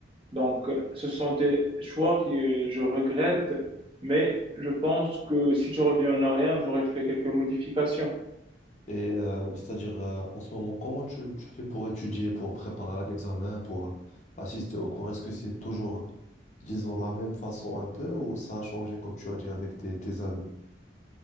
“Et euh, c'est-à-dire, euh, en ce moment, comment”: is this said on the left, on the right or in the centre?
Left